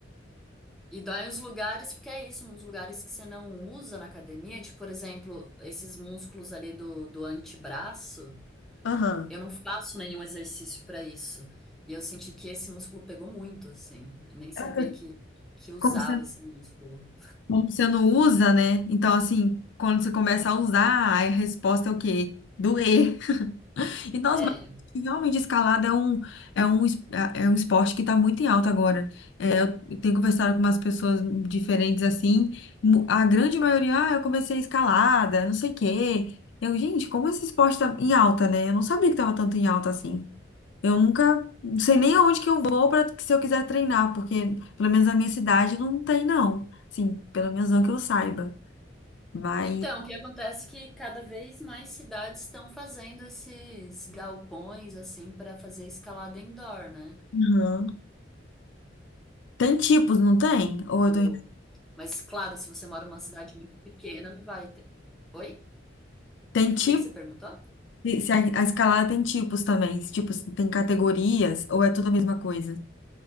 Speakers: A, in the centre; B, on the left (about 70°).
A: E dói uns lugares, porque é isso, uns lugares que você não usa na academia, tipo, por exemplo, esses músculos ali do, do antebraço.
B: Aham.
A: Eu não faço nenhum exercício para isso. E eu senti que esse músculo pegou muito, assim. Eu nem sabia
B: Ela tá-
A: que, que usava
B: Como você,
A: esse músculo.
B: como você não usa, né? Então, assim, quando você começa a usar, aí a resposta é o quê? Doer. E nós,
A: É.
B: mas que realmente escalada é um, é um, es- é é um esporte que está muito em alta agora. É, eu tenho conversado com umas pessoas diferentes assim, mu- a grande maioria, ah, eu comecei escalada, não sei o quê. Eu, gente, como esse esporte está em alta, né? Eu não sabia que estava tanto em alta assim. Eu nunca, não sei nem aonde que eu vou para se eu quiser treinar, porque pelo menos na minha cidade não tem, não. Assim, pelo menos não que eu saiba. Mas,
A: Então, o que acontece é que cada vez mais cidades estão fazendo esses galpões, assim, para fazer escalada indoor, né?
B: uhum. Tem tipos, não tem? Ou
A: Tipo.
B: eu tô...
A: Mas, claro, se você mora numa cidade muito pequena, não vai ter. Oi?
B: Tem tipo
A: O que que você perguntou?
B: E se a, a escalada tem tipos também, se, tipo, se tem categorias ou é tudo a mesma coisa?